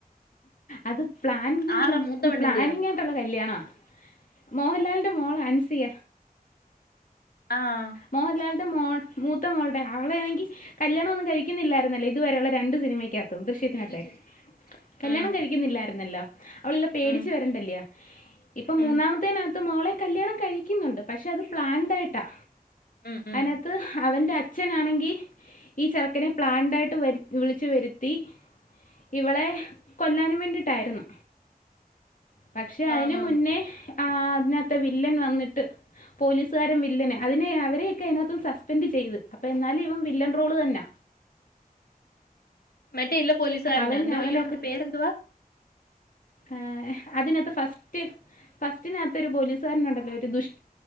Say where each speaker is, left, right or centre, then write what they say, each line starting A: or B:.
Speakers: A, on the left; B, on the left.
A: അത്. പ്ലാൻ
B: ആര്ടാ മൂത്ത പെണ്ണിന്റെയോ
A: പ്ലാനിങ്ങായിട്ടുള്ള കല്ല്യാണ മോഹൻലാലിൻ്റെ മോൾ അൻസിയ
B: ആഹ്
A: മോഹൻലാലിന്റെ മോൾ മൂത്ത മോളുടെ അവളാണെങ്കിൽ കല്യാണം ഒന്നും കഴിക്കുന്നില്ലായിരുന്നല്ലോ ഇതുവരെെയുള്ള രണ്ട് സിനിമയ്ക്കത്തും. ദൃശ്യത്തിനത്തെ
B: നീതു ചേച്ചി
A: കല്യാണം
B: ഉം
A: കഴിക്കുന്നില്ലായിരുന്നല്ലോ? അവളില്ല പേടിച്ചു
B: ഉം
A: വെരണ്ടല്ലിയോ ഇപ്പ
B: ഉം
A: മൂന്നാമത്തേനാത്ത് മോളെ കല്യാണം കഴി കഴിക്കുന്നുണ്ട്പക്ഷേ അത് പ്ലാൻഡ് ആയിട്ടാ
B: ഉം ഉം
A: അതിനാത്ത്- അവൻ്റെ അച്ഛനാണെങ്കി ഈ ചെറുക്കനെ പ്ലാൻഡായിട്ട് വരു വിളിച്ചു വരുത്തി. ഇവളെ കൊല്ലാനു വേണ്ടിട്ടാരുന്നു പക്ഷേ അയിന്
B: ആ ആ
A: മുന്നേ ആഹ് അതിനത്തെ വില്ലൻ വന്നിട്ട് പോലീസുകാരും വില്ലന് അതിനെ അവരെയൊക്കെ അതിനകത്തും സസ്പെൻഡ് ചെയ്ത് അപ്പ എന്നാലും ഇവൻ വില്ലൻ റോള് തന്നാ.
B: മറ്റേ ഇല്ല പോലീസുകാരനോ
A: അവൻ
B: എന്തോ
A: അവനൊക്കെ
B: അയ്യോ അവന്റെ പേരെന്തുവാ
A: ആ അതിനകത്ത് ഫസ്റ്റ് ഫസ്റ്റിനകത്ത ഒരു പോലീസുകാരനുണ്ടല്ലോ ഒരു ദുഷ്